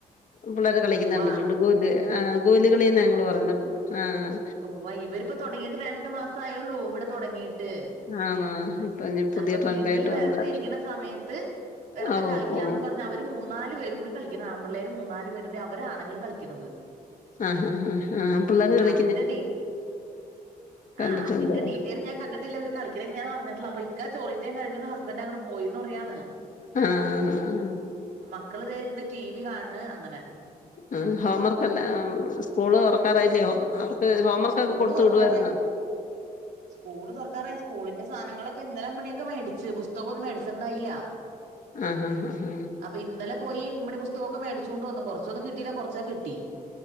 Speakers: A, on the left; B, on the right.
A: പിള്ളേര് കളിക്കുന്ന
B: ഉവ്വ
A: കണ്ടിട്ടുണ്ട്, ഗോലി ആ ഗോലി കളീന്നാ ഞങ്ങള് പറയുന്നേ ആഹ്‌.
B: ഉവ്വ് ഇവരിപ്പോ തൊടങ്ങീട്ട് രണ്ടു മാസ ആയള്ളൂ വടെ തൊടങ്ങീ ട്ട്
A: ആണോ ഇപ്പൊ ഇനി പുതിയ
B: അപ്പൊ
A: ട്രെൻഡായിട്ട്
B: വീട്ടില് വെർതെ
A: വന്നതാ
B: ഇരിക്ക്ണ സമയത്ത് വെർതെ
A: ആ
B: കളിക്കാന്നും
A: ഓ പോ
B: പർഞ്ഞവ ര് മൂന്നാല് പേര് കൂടി കളിക്കണം ആമ്പിള്ളേര് മൂന്നാല് പേര്ത് അവരാണുങ്ങള് കളിക്കുന്നത്.
A: ഹാ ഹാ ഹാ ഹാ പിള്ളേര് കളി
B: തിന്റെ ഡീറ്റെ
A: കണ്ടിട്ടുണ്ട്
B: ആഹ്‌ അതിന്റെ ഡീറ്റെയില് ഞൻ കണ്ടിട്ടില്ല വര് കളി ങ്ങനെ ഞാൻ അറിഞ്ഞിട്ടില്ല അപ്പ ഇക്ക ചോറീറ്റം കഴിഞ് ഹസ്ബൻഡ് അങ്ങോട്ട്‌ പോയിന്ന് പറയാണ്.
A: ആഹ് ആ.
B: മക്കള് ദേ ഇര്ന്ന് ടി. വി കാൻണ് അങ്ങനെ.
A: ആ ഹോംവർക്കല്ല സ്കൂള് തൊറക്കാറായില്ലയോ അവർക്ക് ഹോംവർക്കൊക്കെ
B: സ്കൂള്
A: കൊടുത്ത്
B: തൊറക്കാറായി
A: വിടുവായിരുന്നോ?
B: സ്കൂള് തൊറക്കാറായി സ്കൂളിന്റെ സാനങ്ങളൊക്കെ ഇന്നലേ അമ്മണിയൊക്കെ മേടിച്ച് പുസ്തകം ഒന്നും മേടിച്ചിണ്ടായില്ല. <inaudible>
A: ആഹ് ഹാ ഹാ ഹാ.
B: അപ്പൊ ഇന്നലെ പോയി ഇമ്മ്ണി പുസ്തകൊക്കെ മേടിച്ചുകൊണ്ട് വന്ന് കൊറച്ചൊന്നും കിട്ടയില്ല കൊറച്ചൊക്ക കിട്ടി.